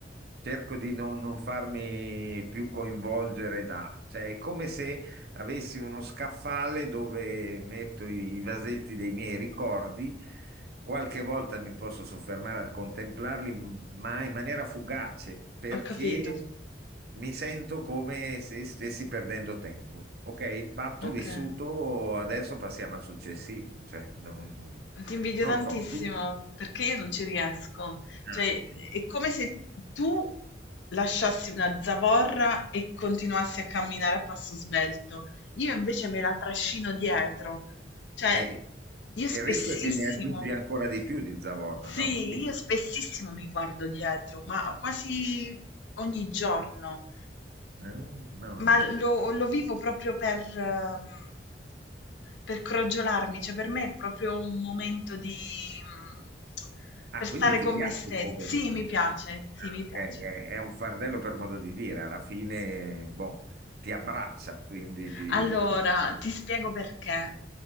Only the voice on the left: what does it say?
ho capito.
Ok.
Ti invidio
tantissimo
perché io non ci riesco.
Cioè,
è
come se tu lasciassi una zavorra e continuassi a camminare a passo svelto. Io invece me la trascino dietro. Cioè,
io spessissimo,
sì,
io spessissimo mi guardo dietro, ma quasi ogni giorno.
Ma lo lo vivo proprio per mhmm, per crogiolarmi, cioè per me è proprio un momento di mhmm,
per stare
con
me stes
sì, mi piace, sì,
mi
piace.
Allora, ti spiego perché.